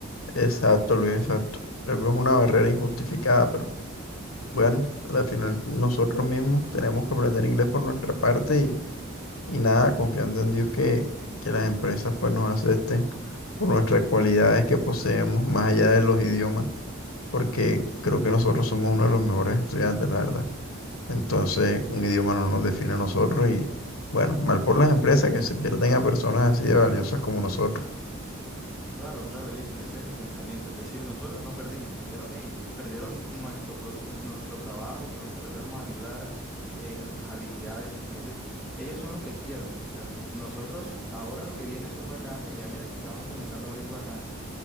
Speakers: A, on the left; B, in the centre.
A: Exacto, Luis, exacto. Creo que es una barrera injustificada, pero bueno, al final nosotros mismos tenemos que aprender inglés por nuestra parte y, y nada, confiando en Dios que, que las empresas pues nos acepten por nuestras cualidades que poseemos más allá de los idiomas, porque creo que nosotros somos uno de los mejores estudiantes, la verdad. Entonces, un idioma no nos define a nosotros y bueno, mal por las empresas que se pierden a personas así de valiosas como nosotros.
B: Claro, claro, Jason, ese es el pensamiento. Es decir, nosotros no perdimos, perdieron ellos, perdieron nuestro, proce- nuestro trabajo con lo que le íbamos a ayudar, eh, nuestras habilidades. Entonces, ellos son los que pierden. O sea, nosotros ahora lo que viene son vacantes, ya mira que estaban comenzando a abrir vacantes.